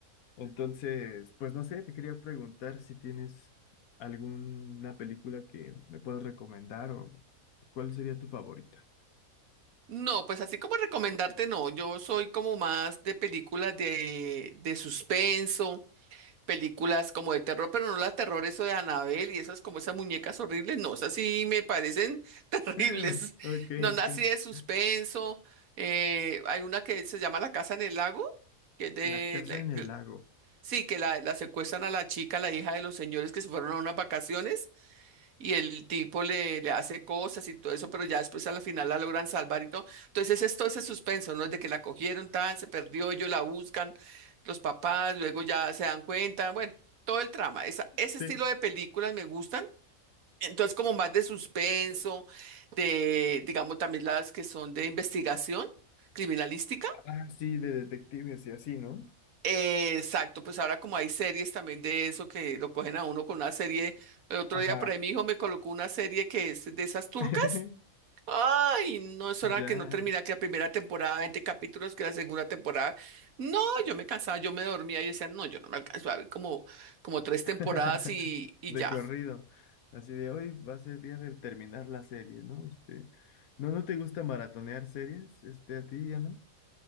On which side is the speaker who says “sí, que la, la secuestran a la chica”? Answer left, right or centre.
Right